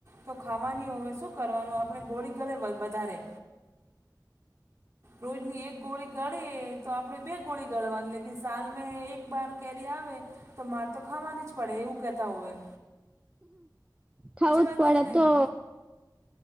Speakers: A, on the right (about 40°); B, on the right (about 15°).
A: તો ખાવાની હોવે શું કરવાનું આપણે ગોળી ગલે વધારે રોજની એક ગોળી ગળીએ તો આપડે બે ગોળી ગળવાની લેકિન સાલ મેં એક બાર કેરી આવે તો મારે તો ખાવાની જ પડે એવું કહેતા હોય
B: થઉ જ
A: વાત
B: પડે
A: હે કે નહીં
B: તો